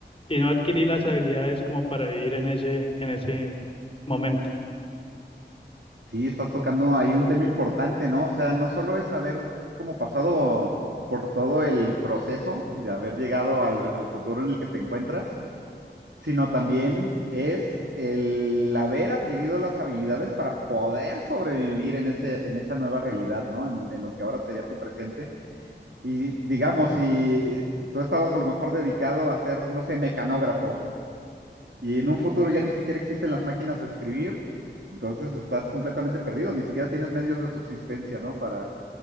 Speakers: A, on the left; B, on the right.
A: y no adquirí las habilidades como para vivir en ese en ese momento.
B: Sí, estás tocando ahí un tema importante, ¿no? O sea, no solo es haber como pasado por todo el proceso de haber llegado al, al futuro en el que te encuentras, sino también es el haber adquirido las habilidades para poder sobrevivir en ese, en esa nueva realidad, ¿no? En, en lo que ahora sería tu presente. Y digamos, si tú estabas a lo mejor dedicado a ser, no sé, mecanógrafo, y en un futuro ya ni siquiera existen las máquinas de escribir, entonces estás completamente perdido, ni siquiera tienes medios de subsistencia, ¿no? Para,